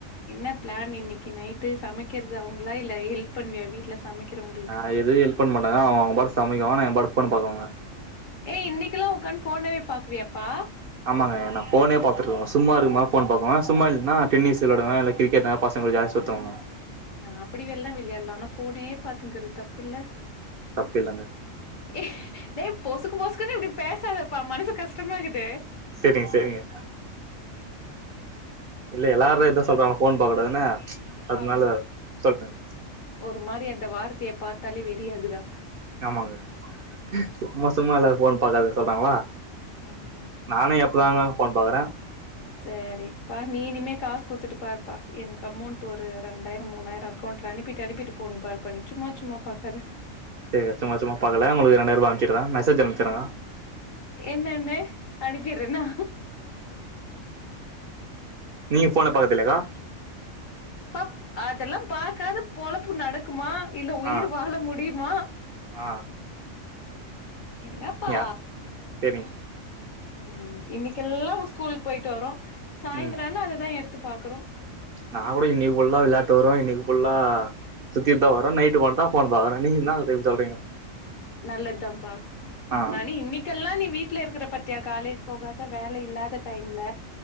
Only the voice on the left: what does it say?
என்ன பிளான் இன்னைக்கு நைட்டு சமைக்கிறது அவங்களா இல்ல ஹெல்ப் பண்ணுவியா வீட்ல ச சமைக்கிறவங்
ஏ இன்னைக்குல்லா உக்காந்து ஃபோனவே பாக்குவியாப்பா
ஆ அப்டி வெள்ளே விளையாட்லா ஆனா ஃபோனே பாத்துன் கீறது தப்பு இல்ல
ஏ டே பொசுக்கு பொசுக்குன்னு இப்படி பேசாதப்பா மனசு கஷ்டமா கீத்து
ஆமா
ஒரு மாரி அந்த வார்த்தைய பார்த்தாலே வெறியாகுதா
ஆமா
செரி ப்பா நீ இனிமே காசு குடுத்துட்டு பாருப்பா எனக்கு அமௌண்ட் ஒரு ரெண்டாயிரோ மூணாயிரோ அக் கவுண்ட்ல அனுப்பிட்டு அனுப்பிட்டு ஃபோன் பாருப்பா நீ சும்மா சும்மா பாக்காத
என்னன்னு அனுப்பிரேன்னா
பாப் அதெல்லா பாக்காத பொழப்பு நடக் குமா இல்ல உயிர்
வாழ முடியுமா
என்னப்பா
ம் இன்னிக்கெல்லா ‌உஸ்கூலுக்கு போயிட்டு வரோ சாயந்தரோ
ஆனா அததா எடுத் து பாக்குறோ
நல்லத்தாம்ப்பா
நா நீ இன்னீ இதுக்கல்லா நீ வீட்ல இருக்கிற பாத்தியா காலேஜ் போகாத வேல இல்லாத டைம்ல